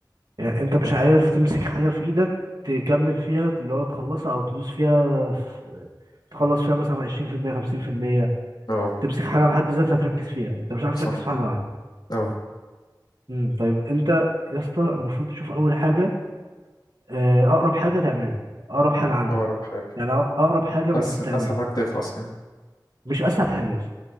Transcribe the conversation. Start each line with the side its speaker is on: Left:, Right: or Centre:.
Right: يعني انت مش عارف تمسك حاجة في ايدك تكمل فيها اللي هو تخلصها او تدوس فيها في... تخلص فيها مثلا 20% 50%
Left: اه
Right: تمسك حاجة بحد ذاتها تركز فيها انت مش عارف
Left: صح
Right: تركز في حاجة واحدة
Left: اه
Right: امم طيب انت يا اسطى المفروض تشوف اول حاجة آه، اقرب حاجه تعملها اقرب حاجه عندك
Left: اقرب حاجة
Right: يعني أق- اقرب حاجه المفروض
Left: أس...
Right: تعملها
Left: اسهل حاجه تخلص يعني
Right: مش اسهل حاجه بس